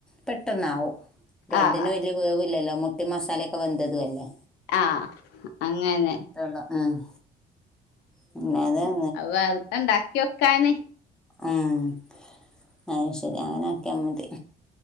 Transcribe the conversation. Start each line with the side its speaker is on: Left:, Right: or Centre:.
Centre: പെട്ടന്നാവും ബ്രെഡിന്
Left: ആഹ്
Centre: വ വല്യ വേവില്ലല്ലോ മുട്ടേം മസാലയൊക്കെ വെന്തതും അല്ലേ
Left: ആഹ് അങ്ങനെ
Centre: തേ ഉള്ളൂ ആഹ് പിന്നെ അത്
Left: അത് വെറുതെ ഇണ്ടാക്കി വെക്കാന്
Centre: ഏഹ് അത് ശെരി അങ്ങനെ ആക്കിയാ മതി